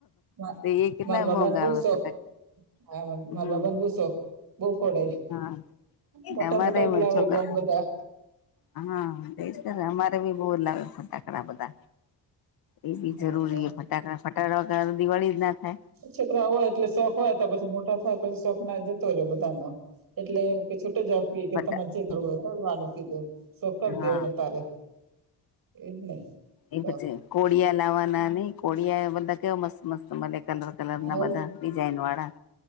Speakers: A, on the right; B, on the left.
A: મા-
B: એ કેટલા
A: મારા બાબાને
B: મોંંગા
A: બહુ
B: આવે.
A: શોખ
B: ફટાકડા
A: હા, માર
B: હમ
A: બાબાને બવ શોખ બહુ ફોડે.
B: હા
A: મોટા
B: અમારે
A: મોટા જ લાવે
B: છોકરા
A: બોમ બધા
B: હા, એજ કરે અમારે બી બહુ લાવે ફટાકડા બધા. એ બી
A: હા
B: જરૂરી
A: તો
B: હ ફટાકડા, ફટાકડા વગર દિવાળી જ ના થાય.
A: છોકરા હોય એટલે શોખ હોય, તો પછી મોટા થાય પછી શોખ ના હોય જતો રે બધો. ધ ન એટલે છૂટ જ આપીએ કે
B: ફટા
A: તમાર જે કરવું હોય તે કરવાનું શોક દેવના
B: હા
A: તારે એજ ને
B: એ
A: તો
B: પછી કોળિયા લાવવાના નહી. કોળિયા બધા કેવા મસ્ત મસ્ત મલે કલર કલરનના
A: આવ
B: બધા ડિઝાઇન વાળા